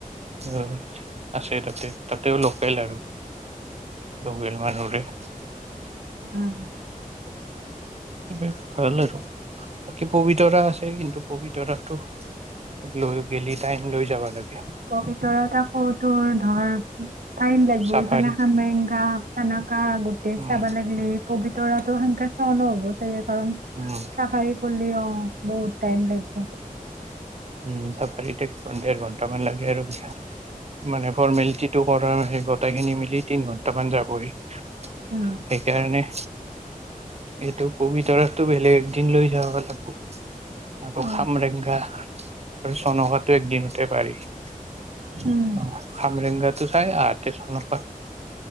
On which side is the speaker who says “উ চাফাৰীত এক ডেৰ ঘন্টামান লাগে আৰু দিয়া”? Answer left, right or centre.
Right